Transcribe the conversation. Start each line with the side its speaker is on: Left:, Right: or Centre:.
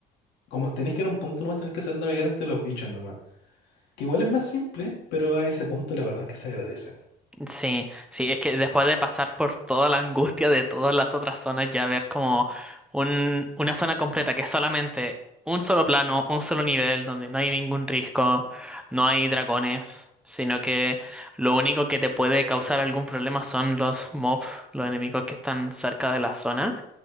Left: como tenéis que ir a un punto nomás, tenéis que hacer navegar entre los bichos nomás. Que igual es más simple, pero a ese punto la verdad es que se agradece.
Centre: sí, sí, es que después de pasar por toda la angustia de todas las otras zonas, ya ver como un, una zona completa que es solamente un solo plano, un solo nivel, donde no hay ningún risco, no hay dragones, sino que lo único que te puede causar algún problema son los mobs, los enemigos que están cerca de la zona.